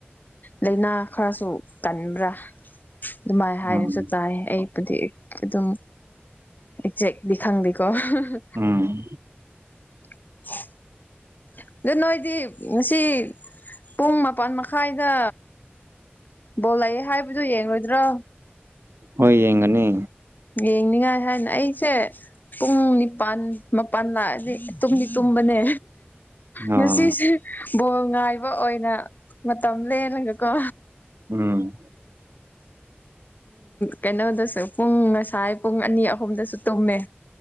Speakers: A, on the left (about 45°); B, on the right (about 80°).
A: ꯂꯥꯏꯅꯥ ꯈꯔꯁꯨ ꯀꯟꯕ꯭ꯔꯥ ꯑꯗꯨꯃꯥꯏ ꯍꯥꯏꯅꯁꯨ
B: ꯎꯝ
A: ꯇꯥꯏ ꯑꯩ ꯄꯨꯗꯤ ꯑꯦꯛ ꯑꯗꯨꯝ ꯏꯛꯖꯦꯛꯗꯤ ꯈꯪꯗꯦꯀꯣ ꯍꯍ
B: ꯎꯝ
A: <unintelligible> ꯑꯗꯣ ꯅꯣꯏꯗꯤ ꯉꯁꯤ ꯄꯨꯡ ꯃꯥꯄꯟ ꯃꯈꯥꯏꯗ ꯕꯣꯜꯂꯩꯑꯦ ꯍꯥꯏꯕꯗꯨ ꯌꯦꯡꯔꯣꯏꯗ꯭ꯔꯣ
B: ꯍꯣꯏ ꯌꯦꯡꯒꯅꯤ
A: ꯌꯦꯡꯅꯤꯡꯉꯥꯏ ꯍꯥꯏꯅ ꯑꯩꯁꯦ ꯄꯨꯡ ꯅꯤꯄꯥꯟ ꯃꯄꯥꯟ ꯂꯥꯛꯑꯗꯤ ꯇꯨꯝꯗꯤ ꯇꯨꯝꯕꯅꯦ
B: ꯑꯥ
A: ꯉꯁꯤꯁꯦ ꯕꯣꯜ ꯉꯥꯏꯕ ꯑꯣꯏꯅ ꯃꯇꯝ ꯂꯂꯒꯀꯣ
B: ꯎꯝ
A: ꯀꯩꯅꯣꯗꯁꯨ ꯄꯨꯡ ꯉꯁꯥꯏ ꯄꯨꯡ ꯑꯅꯤ ꯑꯍꯨꯝꯗꯁꯨ ꯇꯨꯝꯃꯦ